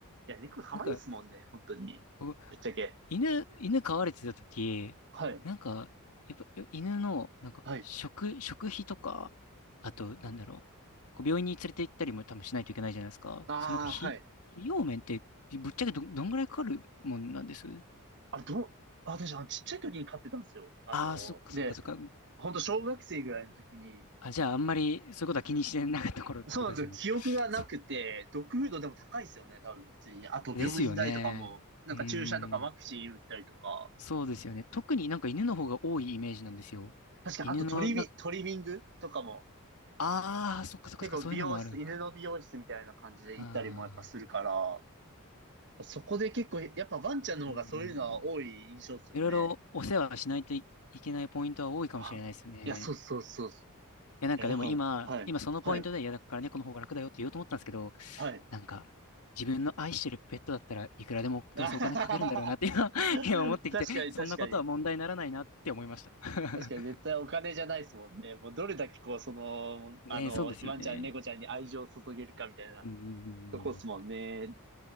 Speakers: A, on the right; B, on the left.
A: や、猫可愛いですもんね、
B: なんか、
A: 本当に。
B: 僕
A: ぶっちゃけ。
B: 犬、犬飼われてた時、
A: はい。
B: なんか、やっぱよ犬の、なんか、
A: はい。
B: 食、食費とか、あと、なんだろう、こう病院に連れて行ったりも多分しないといけないじゃないですか。
A: ああ、
B: そのなんか、費、
A: はい。
B: 費用面って、ぶっちゃけど、どんぐらいかかるもんなんです
A: あ、どう、私、あの、ちっちゃい時に飼ってたんですよ。あの、
B: ああー、そっかそっかそっか。
A: で、本当小学生ぐらいの時に、
B: あ、じゃあ、あんまりそういうことは気にしてなかった頃ってことですよね。
A: そうなんですよ。記憶がなくて、
B: そ、
A: ドッグフードでも高いですよね、多分、普通に。あと、
B: ですよね。
A: 病院代とかも、なんか注射とかワクチン打ったりとか。
B: うーん。そうですよね。特になんか犬の方が多いイメージなんですよ。
A: 確かに、
B: 犬の、
A: あとトリミ、
B: な、
A: トリミングとかも、
B: ああ、そっかそっかそっか、
A: 結構美容室、
B: そういうのもあるのか。
A: 犬の美容室みたいな感じで行ったりもやっぱするから、
B: ああ、
A: そこで結構、やっぱワンちゃんの方がそういうのは多い印象ですよね。
B: うんうんうん。いろいろお世話しないといいけないポイントは多いかもしれないですよね。
A: あ、いや、そうそうそう。
B: や、なんかでも今、
A: え、だから、はい、
B: 今そのポイントで、
A: はい、
B: いや、だから猫の方が楽だよって言おうと思ったんですけど、
A: はい。
B: なんか、自分の愛してるペットだったらいくらでもどうせお金かけるんだろうなって今、
A: <laughs> あははは
B: <laughs> 今思ってきて、
A: 確かに、
B: そんなことは問題にならないなって思いました。
A: 確かに。
B: <laughs>
A: 確かに、絶対お金じゃないですもんね。もう、どれだけ、こう、その、
B: ねえ、
A: あの、
B: そうですよね。
A: ワンちゃん、猫ちゃんに愛情を注げるかみたいな
B: うんうんうんうん。
A: とこっすもんね。